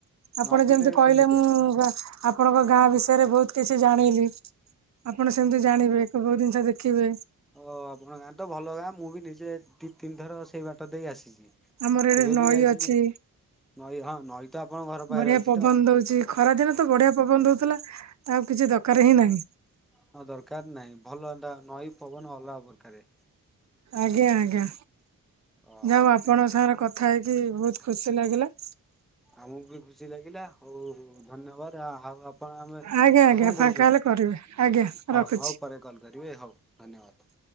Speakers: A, in the centre; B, on the right.
A: ନ
B: ଆପଣ
A: ବୁଲିଲେ
B: ଯେମିତି କହିଲେ।
A: କେମିତି ହବ।
B: ମୁ ଆପଣଙ୍କ ଗାଁ ବିଷୟରେ ବହୁତ କିଛି ଜାଣିଲି। ଆପଣ ସେମତି ଜାଣିବେ
A: ଓହୋ
B: କେ କୋଉ ଜିନିଷ ଦେଖିବେ।
A: ଓ ଆପଣଙ୍କ ଗାଁ ତ ଭଲ ଗାଁ ମୁଁ ବି ନିଜେ ଦି ତିନିଥର ସେଇ ବାଟ ଦେଇକ ଆସିଛି।
B: ଆମର ଏଠି
A: ଏବେ
B: ନଈ
A: ବି ଯାଇଥିଲି
B: ଅଛି।
A: ନଈ ହଁ ନଈ ତ ଆପଣଙ୍କ ଘର ପାଖରେ
B: ବଢିଆ
A: ଅଛି
B: ପବନ
A: ତ।
B: ଦଉଛି ଖରା ଦିନ ତ ବଢିଆ ପବନ ରଉଥିଲା ଆଉ କିଛି ଦରକାର ହିଁ ନାହିଁ‌
A: ହ ଦରକାର ନାହିଁ ଭଲ ଏଟା ନଈ ପବନ ଅଲରାପ୍ରକାରେ।
B: ଆଜ୍ଞା ଆଜ୍ଞା
A: ହଉ
B: ଯାଉ ଆପଣଙ୍କ ସାଙ୍ଗରେ କଥା ହେଇକି
A: କଥା
B: ବହୁତ୍ ଖୁସି ଲାଗିଲା।
A: ଆମକୁ ବି ଖୁସି ଲାଗିଲା ହଉଉ ଧନ୍ୟବାଦ ଆ ଆଉ। ଆପଣ ଆମେ
B: ଆଜ୍ଞା ଆଜ୍ଞା
A: କଣ
B: ଫାଙ୍କା
A: କହୁଛନ୍ତି,
B: ହେଲେ କରିବେ ଆଜ୍ଞା
A: ହଉ
B: ରଖୁଛି।
A: ହଉ ପରେ କଲ୍ କରିବେ ହଉ ଧନ୍ୟବାଦ।